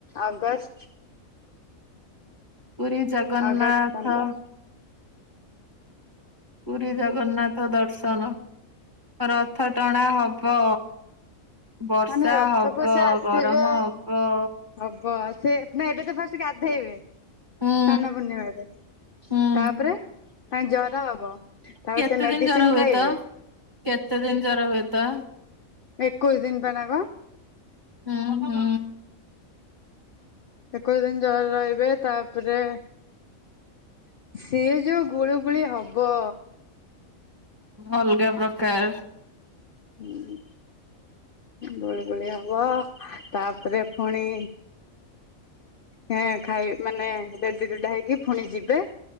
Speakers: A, on the left; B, on the right.
A: ଅଗଷ୍ଟ
B: ପୁରୀ ଜଗନ୍ନାଥ
A: ଅଗଷ୍ଟ ପନ୍ଦର
B: ପୁରୀ ଜଗନ୍ନାଥ ଦର୍ଶନ। ରଥ ଟଣା ହବ। ବର୍ଷା
A: ମାନେ ରଥକୁ
B: ହବ।
A: ସେ ଆସିବେ
B: ଗରମ ହବ।
A: ହବ ଆ ସେ ନା ଏବେ ତ ଫାଷ୍ଟ୍ ଗାଧେଇବେ।
B: ହୁଁ
A: ସ୍ନାନ ପୂର୍ଣ୍ଣିମାରେ।
B: ହୁଁ।
A: ତାପରେ ତାଙ୍କୁ ଜର ହବ। ତାପରେ
B: କେତେ
A: ସେ ମେଡିସିନ
B: ଦିନ୍ ଜର ହୁଏ
A: ଖାଇବେ
B: ତ? କେତେ ଦିନ୍ ଜର ହୁଏ ତ।
A: ଏକଉସୀ ଦିନ୍ ପା ନା କଣ?
B: ହୁଁ ହୁଁ।
A: ଏକଉସୀ ଦିନ୍ ଜର ରହିବେ। ତାପରେ ସିଏ ଯୋଉ ଗୁଳୁ ଗୁଳି ହବ।
B: ଅଲ୍ଗା ପ୍ରକାର।
A: ହୁଁ, ଗୁଳୁ ଗୁଳି ହବ। ତା ପରେ ଫୁଣି ହାଁ ଖାଇ ମାନେ ରେଡି ରୁଡା ହେଇକି ଫୁଣି ଯିବେ।